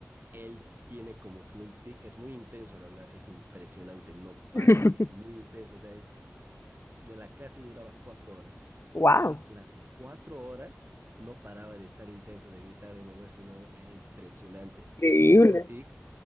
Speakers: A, on the right (about 50°); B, on the left (about 65°).
A: él tiene como que un tic, es muy intenso al hablar, es impresionante, no para,
B: <laughs>
A: es muy intenso, o sea, es, de la clase duraba cuatro horas.
B: Wow,
A: Él las cuatro horas no paraba de estar intenso, de gritar, de moverse, una, era impresionante.
B: increíble.
A: Y tenía un tic,